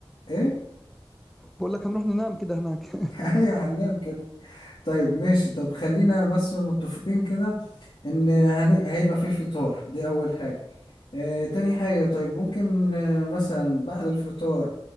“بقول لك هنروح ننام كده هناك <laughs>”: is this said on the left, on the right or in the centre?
Centre